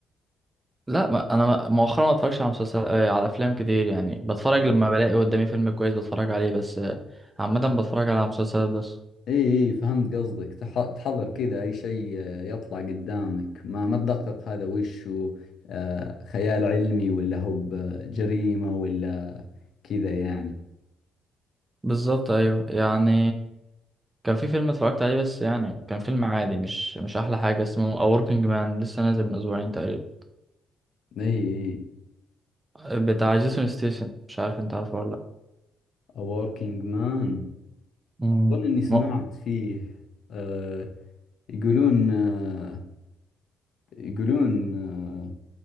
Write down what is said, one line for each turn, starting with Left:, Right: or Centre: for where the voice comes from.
Right: لا ما انا ما- مؤخرا ما اتفرجش على مسلسل آه، على افلام كتير يعني بتفرج لما بلاقي قدامي فيلم كويس بتفرج عليه بس آه، عامه بتفرج على مسلسلات بس
Left: اي اي فهمت قصدك تح- تحضر كذا اي شيء آه، يطلع قدامك ما ما تدقق هذا وش هو، آه، خيال علمي ولا هو بجريمة ولا كذا يعني
Right: بالظبط ايوه يعني كان في فيلم اتفرجت عليه بس يعني كان فيلم عادي مش مش احلى حاجه اسمه A Working Man لسه نازل من اسبوعين تقريبا
Left: اي اي
Right: بتاع جيسون ستيسن مش عارف انت عارفه ولا لا
Left: A Working Man
Right: امم
Left: اظن اني سمعت
Right: ما
Left: فيه آه، يقولون آه، يقولون آه،